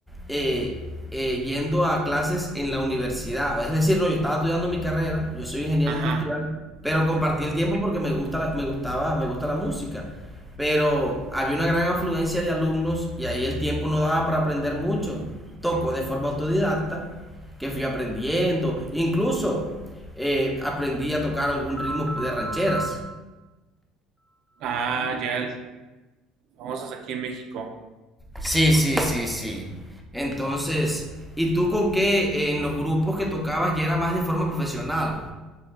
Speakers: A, in the centre; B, on the right (about 65°).
A: eh, eh, yendo a clases en la universidad. Es decir, no, yo estaba estudiando mi carrera, yo soy ingeniero
B: Ajá.
A: industrial, pero compartí el tiempo porque me gusta la- me gustaba, me gusta la música. Pero había una gran afluencia de alumnos y ahí el tiempo no daba para aprender mucho. Toco de forma autodidacta, que fui aprendiendo. Incluso eh, aprendí a tocar algún ritmo de rancheras.
B: Ah, ya, el- famosas aquí en México.
A: Sí, sí, sí, sí. Entonces, ¿y tú con qué en los grupos que tocabas ya era más de forma profesional?